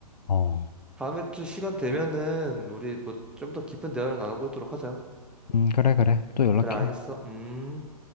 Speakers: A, on the left (about 90°); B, in the centre.
A: 어,
B: 다음에 또 시간 되면은 우리 뭐 좀 더 깊은 대화를 나눠보도록 하자.
A: 음, 그래, 그래. 또 연락해.
B: 그래, 알겠어. 음.